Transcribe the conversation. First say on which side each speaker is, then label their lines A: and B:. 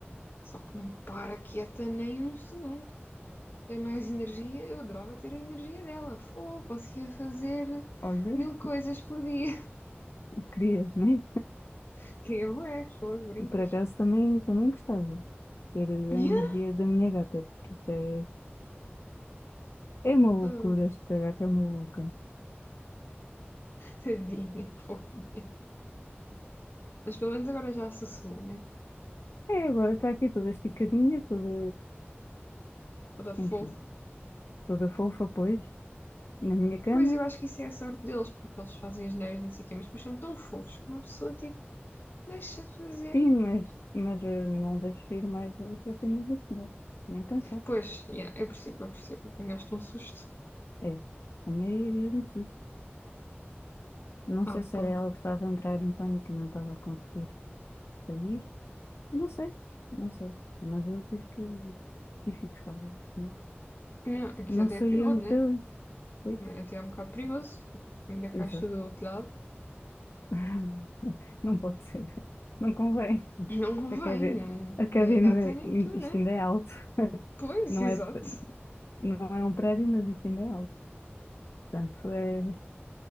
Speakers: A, on the left; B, on the left.
A: Só que não para quieta nem um segundo. tem mais energia. Eu adorava ter a energia dela. Fogo, conseguia fazer
B: Olha,
A: mil coisas por dia.
B: querias, né?
A: <laughs> Queria bué, fogo, brincas.
B: E Por acaso também, também gostava de ter a
A: Yeah.
B: energia
A: <laughs>
B: da minha gata, porque isto é, é uma loucura,
A: Oh,
B: esta gata é uma louca.
A: Tadinha, fofa. Mas pelo menos agora já sossegou, né?
B: É, agora está aqui toda esticadinha, toda,
A: Toda fofa.
B: enfim, toda fofa, pois, na minha cama.
A: Pois eu acho que isso é a sorte deles, porque eles fazem as neiras, não sei o quê, mas depois são tão fofos que uma pessoa, tipo, deixa fazer.
B: Sim, mas, mas eh, não deixo ir mais assim do que Nem pensar.
A: Pois, yeah, eu percebo, eu percebo. Apanhaste um susto.
B: É, tenho aí mesmo susto. Não
A: Ah,
B: sei se
A: pá.
B: era ela que estava a entrar em pânico e não estava a conseguir sair. Não sei, não sei. Mas eu tive que, tive que ir buscá-la. Não,
A: Yeah, aqui
B: não
A: até
B: saíamos
A: é perigoso, né?
B: dali. Ui,
A: Até é um bocado perigoso. Ainda
B: Exato.
A: caixa do telhado.
B: <laughs> Não pode ser. Não convém.
A: Não convém,
B: A academia,
A: não,
B: a academia,
A: nem a gata nem tu,
B: isto
A: né?
B: ainda é alto.
A: Pois,
B: Não
A: exato.
B: é, não é um prédio, mas isto ainda é alto. Portanto, é,